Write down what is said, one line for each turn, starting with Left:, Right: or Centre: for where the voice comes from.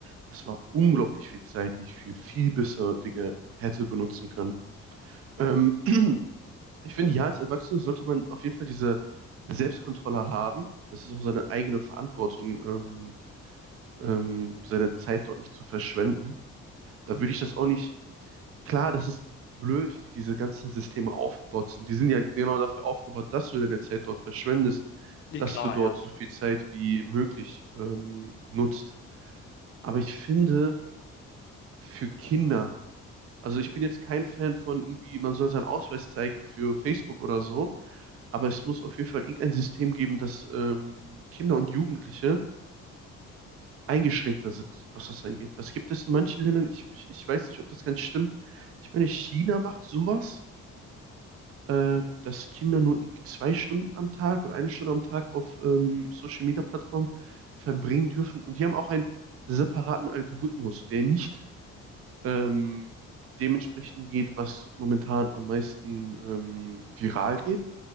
Right: Das war unglaublich viel Zeit, die ich für viel bessere Dinge hätte benutzen können. Ähm, <clears throat> ich finde, ja, als Erwachsener sollte man auf jeden Fall diese Selbstkontrolle haben. Das ist auch seine eigene Verantwortung, ähm, ähm, seine Zeit dort nicht zu verschwenden da würde ich das auch nicht. Klar, das ist blöd, wie diese ganzen Systeme aufgebaut sind. Die sind ja genau dafür aufgebaut, dass du deine Zeit dort verschwendest,
Left: ja
Right: dass
Left: klar,
Right: du dort
Left: ja.
Right: so viel Zeit wie möglich ähm, nutzt. Aber ich finde, für Kinder, also ich bin jetzt kein Fan von irgendwie, man soll seinen Ausweis zeigen für Facebook oder so, aber es muss auf jeden Fall irgendein System geben, dass ähm, Kinder und Jugendliche eingeschränkter sind, was das angeht. Das gibt es in manchen Ländern, ich, ich, ich weiß nicht, ob das ganz stimmt. Ich meine, China macht sowas, ähm, dass Kinder nur irgendwie zwei Stunden am Tag oder eine Stunde am Tag auf ähm, Social-Media-Plattformen verbringen dürfen. Und die haben auch einen separaten Algorithmus, der nicht ähm, dementsprechend geht, was momentan am meisten ähm, viral geht,